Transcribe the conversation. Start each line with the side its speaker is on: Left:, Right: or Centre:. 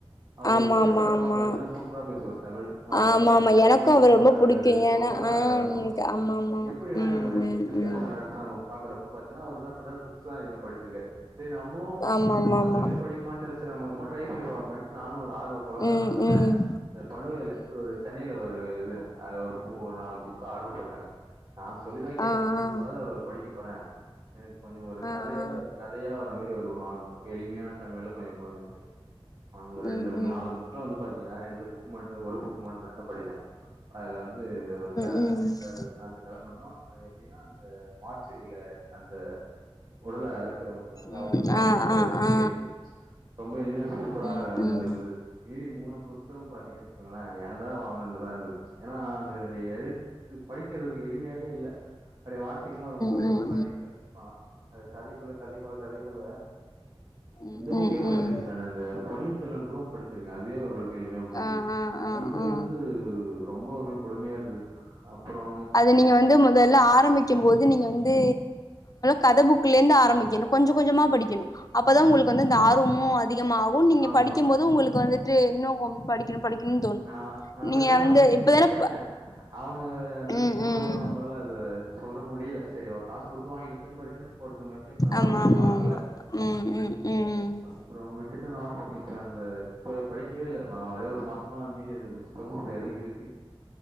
Right: அவுரு
Left: ஆமா
Right: பேசுறப்பல்லா
Left: ஆமா ஆமா
Right: பாத்தீங்கன்னா சூப்பரா பேசுவார் தமிழ் அவர்
Left: ஆமா
Right: பேசுறது
Left: ஆமா
Right: கேக்கவே
Left: எனக்கு அவர
Right: ரொம்ப அழ்
Left: புடிக்கு ஏன்னா
Right: ரொம்ப அழகா
Left: ஆ
Right: இருக்கும்
Left: ஆமா ஆமா
Right: எப்படிடா
Left: ம்
Right: இந்த மனுஷ
Left: ம்
Right: இப்டி
Left: ம்
Right: பேசுறான்ட்டு நம்ம பாக்குறப்ப பாத்தீங்கன்னா அவரு என்ன பண்ணாரு புக்ஸ்லா அதிகமா படிச்சிருக்காரு சரி நம்மளு
Left: ஆமா
Right: நம்ம
Left: ஆமா ஆமா
Right: அந்த மாரி படிப்பமான்னு தெரில சரி நம்ம சும்மா ட்ரை பண்ணி பாப்போமேனு நானு ஒரு ஆர்வ கோளாறுல
Left: ம்
Right: என்ன பண்ணே
Left: ம் ம் ம்
Right: இந்த <unintelligible> ஒரு சென்னையில ஒரு இது இருக்கு அதுல ஒரு பு ஒரு நாலு புக்கு ஆர்ட்ரு போட்டே ஆஹ நான் சொல்லிதான் கேட்டேன்
Left: ஆ
Right: இத முததடவ
Left: ஆ
Right: படிக்க அப்புறம் எனக்கு கொஞ்சம் ஒரு
Left: ஆ ஆ
Right: கதையா ஒரு கதையா மாதிரி ஒரு புக்கு எளிமையான தமிழ்ல கொஞ்சம் கொடுங்கன்ட்டு அவனுங்க ஒரு
Left: ம்
Right: ரெண்டு
Left: ம்
Right: நாலு புக்லாம் வந்து பாத்தீங்கன்னா ரெண்டு புக்கு மட்டும் ஒரு புக்கு மட்டும தாங்க படிச்சான் அப்ப அதுல வந்து ஒரு கதை
Left: ம்
Right: அந்த கதை மட்டு்தான் அது எப்படின்னா அந்த மார்ச்சரியில அந்த உடலை இருக்கிறவங்காள
Left: ம்
Right: அவுங்க
Left: ம் ஆ
Right: கதைய
Left: ஆ
Right: பற்றி
Left: ஆ
Right: இருந்தது ரொம்ப எளிமையா சூப்பரா
Left: ம் ம் ம்
Right: இருந்தருது மீறி மூணு புஸ்தகம் பாத்தீங்கன்னு வச்சுக்கோங்களேன் ஏன்டா வாங்கணும் இருந்தது ஏன்னா அதத எழுத்து படிக்கிறதுக்கு எளிமையாவே இல்ல அப்படியே வார்த்தைக்குல்லாம் ரொம்ப
Left: ம் ம் ம் ம் ம்
Right: ஒரு மாதிரி கஷ்டாம அது கதை குள்ள கதை குள்ள கதை குள்ள
Left: ம்
Right: இந்த புக்கே
Left: ம் ம்
Right: படிச்சிருங்க
Left: ம்
Right: நானே அந்த பொனின் செல்வன் கூட படிச்சிருக்கேன் அதுவே ஓரளவுக்கு எளிமையா புரிஞ்சுது
Left: ஆ ஆ ஆ
Right: இது
Left: ஆ
Right: வந்து ரொம்ப ஒரு மாரி கொடுமையா இருந்தது அப்புறோ
Left: அது நீங்க வந்து முதல்ல ஆரம்பிக்கும் போது நீங்க வந்து கதை புக்ல இருந்து ஆரம்பிக்கணும் கொஞ்சம் கொஞ்சமா படிக்கணும் அப்பதான் உங்களுக்கு வந்து இந்த ஆர்வமும் அதிகமாகும் நீங்க
Right: ஆமா
Left: படிக்கும் போது உங்களுக்கு வந்து இன்னும் படிக்கண படிக்கணுனு தோணு
Right: ஆஹ் அப்படித்தான்
Left: நீங்க
Right: அவனுங்க
Left: இப்பதான
Right: கிட்ட கேட்டேன் அவனுங்க அது மாதிரி
Left: ம்
Right: போட்டு
Left: ம்
Right: நம்மளால அது சொல்ல முடியல சரி காசு கொடுத்து வாங்கிட்டு திரும்ப ரிட்டன் போடுறது மெசேஜ் பண்ணாலாம்
Left: ஆமா
Right: அவனுங்க
Left: ஆமா
Right: பாக்கல
Left: ஆமா ம் ம் ம்
Right: அப்புறம் கிட்டு நானும் இப்ப அந்த இப்ப படிக்கவே இல்லை அவ ஒரு மாசம் மீதி ரெண்டு புத்தகம் அப்படியதான் இருக்கு